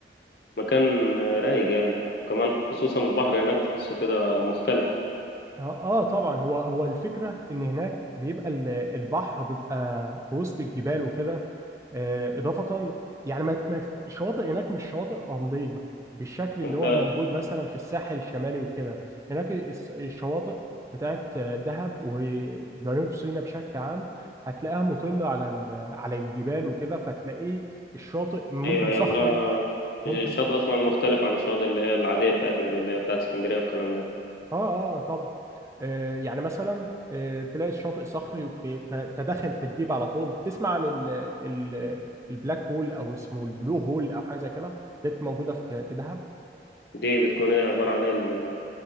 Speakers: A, on the left (about 55°); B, on the right (about 15°).
A: مكان رايق يعني كمان خصوصا البحر هناك تحسه كده مختلف
B: اه آه، طبعا هو هو الفكرة إن هناك بيبقى ال- البحر بيبقى في وسط الجبال وكده آه، إضافة يعني ما ما- الشواطئ هناك مش شواطئ رملية بالشكل اللي
A: أنت
B: هو موجود مثلا في الساحل الشمالي وكده هناك الس- الشواطئ بتاعت آه، دهب وجنوب سيناء بشكل عام هتلاقيها مطلة على ال- على الجبال وكده فتلاقيه الشاطئ ممكن
A: أيوه أيوه
B: صخري
A: لا
B: ممكن
A: الشاطئ أصلا مختلف عن الشاطئ اللي هي العادية بتاعتنا دي اللي هي بتاعت اسكندرية والكلام ده
B: اه اه طبعا آه يعني مثلا آه تلاقي الشاطئ صخري وفي- ف- فداخل في الديب على طول تسمع عن ال ال البلاك هول او اسمه البلو هول او حاجه زي كده ديت موجوده في في دهب
A: دي بتكون إيه عبارة عن إيه ال-